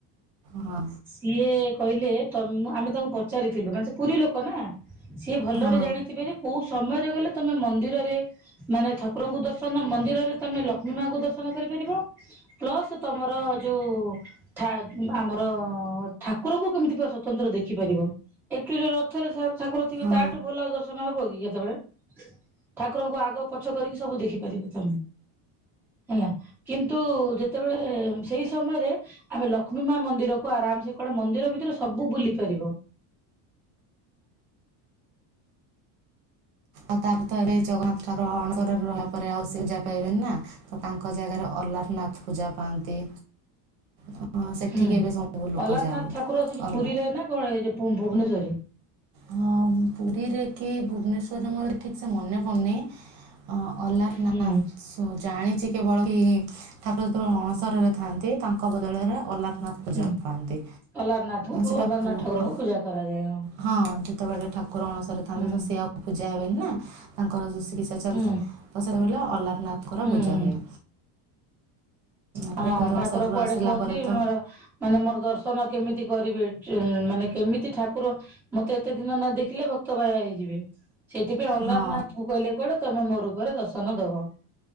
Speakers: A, on the right; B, in the centre.
A: ହଁ
B: ସିଏ କହିଲେ, ତମ, ଆମେ ତାଙ୍କୁ ସିଏ ଭଲରେ
A: ହଁ
B: ଜାଣିଥିବେ କୋଉ ସମୟରେ ଗଲେ ତମେ ମନ୍ଦିରରେ ମାନେ ଠାକୁରଙ୍କୁ ଦର୍ଶନ, ମନ୍ଦିରରେ ତମେ ଲକ୍ଷ୍ମୀ ମାଙ୍କୁ ଦର୍ଶନ କରି ପାରିବ, ପ୍ଲସ ମର ଯୋଉ <unintelligible> ଠାକୁରଙ୍କୁ କେମିତି ପୁର ସଵତନ୍ତ୍ର ଦେଖିପାରିବ, ଅଚ୍ୟୁଲୀ ରଥରେ ଠାକୁର ଥିବେ,
A: ହଁ
B: ତାଠୁ ଭଲ ଆ ଦର୍ଶନ ହବ କି କେତେବେଳେ ଠାକୁରଙ୍କୁ ଆଗ ପଛ କରିକି ସବୁ ଦେଖି ପାରିବ ତମେ। ହେଲା କିନ୍ତୁ ଯେତେବେଳେ ସେଇ ସମୟରେ ଆମେ ଲକ୍ଷ୍ମୀ ମା ମନ୍ଦିର୍ କୁ ଆରାମ ସେ କୁଆଡେ ମନ୍ଦିର ଭିତରେ ସବୁ ବୁଲି ପାରିବ।
A: ଆଉ ତାପରେ ତ ଏବେ ଜଗନ୍ନାଥ୍ରକର ଅଣସର ରେ ରହିଆ। ପରେ ଆଉ ସେ ଜା ପାଇବେନି ନା ତ ତାଙ୍କ ଜାଗାରେ ଅଲାରନାଥ ପୂଜା ପାଆନ୍ତି। ହଁ ସେଠିକି
B: ହୁଁ
A: ଏବେ ସବୁ ଲୋକ
B: ଅଲାରନାଥ
A: ଯାଆନ୍ତି
B: ଠାକୁର ଅଛତି
A: ଅଲା
B: ପୁରୀରେ ନା କଣ ଏ ଯୋଉ ପୁଣ ଭୁବନେଶ୍ଵରରେ।
A: ହଁ ପୁରୀରେ କି ଭୁବନେଶ୍ଵରରେ ମୋର ଠିକ ସେ ମନେ ପଡୁନି। ଅ ଅଲାର ନାଆ
B: ହୁଁ
A: ଶୁଣ ଜାଣି ଚି କେବଳ କି ଠାକୁର ଯେତବେଳେ ଅଣସରରେ ଥାଆନ୍ତି ତାଙ୍କ ବଦଳରେ ଅଲାରନାଥ ପୂଜା
B: ହୁଁ
A: ପାଆନ୍ତି।
B: ଅଲାରନାଥଙ୍କୁ ପୁ
A: ସେଟା
B: ଅଲାରନାଥ
A: ପୁ
B: ଠକୁର ଙ୍କୁ ପୂଜା କରାଯା ଯାଏ ହଁ।
A: ହଁ ଯେତବେଳେ ଠାକୁର ଅଣସରେ ଥାଆନ୍ତି
B: ହୁଁ
A: ତ ସେ ଆଉ ପୂଜା ହେବେନି ନା ତାଙ୍କର ଯୋଉ ସେ କିତ୍ସା ଚାଲିଥାଏ।
B: ହୁଁ
A: ତ ସେତବେଲେ ଅଲାରନାଥଙ୍କର
B: ହୁଁ
A: ପୂଜା
B: ହୁଁ।
A: ହୁଏ।
B: ହଁ
A: ତାପରେ
B: ଠାକୁର
A: ଅଣସରରୁ
B: କୁଆଡେ
A: ଆସିଲା
B: କୁହନ୍ତି
A: ପରେ ତ
B: ମୋର ମାନେ ମୋର ଦର୍ଶନ କେମିତି କରିବେ ଚେହେଁ ମାନେ କେମିତି ଠାକୁର ମତେ ଏତେ ଦିନ ନ ଦେଖିଲେ ଭକ୍ତ ବାୟା ହେଇଯିବେ। ସେଥିପାଇଁ ଅଲାରନାଥକୁ
A: ହଁ
B: ଗଲେ କୁଆଡେ ତମେ ମୋ ରୂପରେ ଦର୍ଶନ ଦବ।